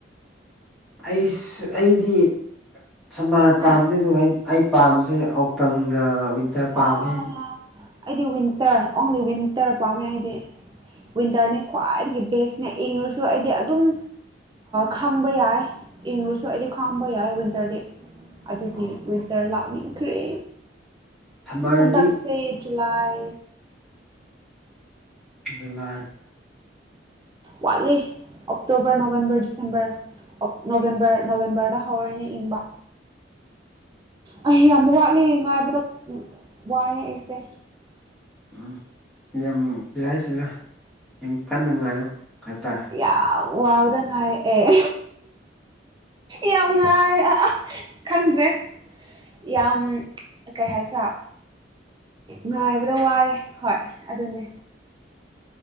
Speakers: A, in the centre; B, on the right (about 25°).
A: ꯑꯩ ꯑꯩꯗꯤ ꯁꯃꯥꯔ
B: ꯍꯥ
A: ꯄꯥꯝꯗ ꯑꯗꯨꯒ ꯑꯩ ꯄꯥꯝꯝꯕꯁꯦ ꯃꯇꯝꯒ ꯋꯤꯟꯇꯔ ꯄꯥꯝꯃꯦ
B: ꯑꯥ ꯑꯩꯗꯤ ꯋꯤꯟꯇꯔ ꯑꯣꯡꯂꯤ ꯋꯤꯟꯇꯔ ꯄꯥꯝꯃꯦ ꯑꯩꯗꯤ ꯋꯤꯟꯇꯔꯅꯦ ꯈ꯭ꯋꯥꯏꯗꯒꯤ ꯕꯦꯁꯅꯦ ꯏꯪꯉꯁꯨ ꯑꯩꯗꯤ ꯑꯗꯨꯝ ꯈꯪꯕ ꯌꯥꯏ ꯏꯪꯕꯁꯨ ꯑꯩꯗꯤ ꯈꯥꯡꯕ ꯌꯥꯏ ꯋꯤꯟꯇꯔꯗꯤ ꯑꯗꯨꯗꯤ
A: ꯑꯣ
B: ꯋꯤꯟꯇꯔ ꯂꯥꯛꯅꯤꯡꯈ꯭ꯔꯦ
A: ꯁꯝꯃꯔꯗꯤ
B: ꯍꯟꯗꯛ ꯁꯤ ꯖꯨꯂꯥꯏ
A: ꯖꯂꯥꯏ
B: ꯋꯥꯠꯂꯤ ꯑꯣꯛꯇꯛꯇꯣꯕꯔ ꯅꯕꯦꯝꯕꯔ ꯗꯤꯁꯦꯝꯕꯔ ꯅꯣꯕꯦꯝꯕꯔ ꯅꯣꯕꯦꯝꯕꯔꯗ ꯍꯧꯔꯅꯦ ꯏꯪꯕ ꯑꯩ ꯌꯥꯝ ꯋꯥꯠꯂꯦ ꯉꯥꯏꯕꯗ ꯋꯥꯏꯑꯦ ꯑꯩꯁꯦ
A: ꯎꯝ ꯌꯦꯡꯕꯤꯤ ꯍꯥꯏꯁꯤꯔꯥ ꯌꯥꯝ ꯀꯟꯅ ꯉꯥꯏꯌꯨ ꯍꯥꯏꯇꯥꯔꯦ <unintelligible>
B: ꯌꯥꯝ ꯋꯥꯕꯗ ꯉꯥꯏ ꯑꯦ ꯌꯥꯝ ꯉꯥꯏ ꯈꯪꯗ꯭ꯔꯦ ꯌꯥꯝ ꯀꯩ ꯍꯥꯏꯁꯤꯔꯥ ꯉꯥꯏꯕꯗ ꯋꯥꯔꯦ ꯍꯣꯏ ꯑꯗꯨꯅꯦ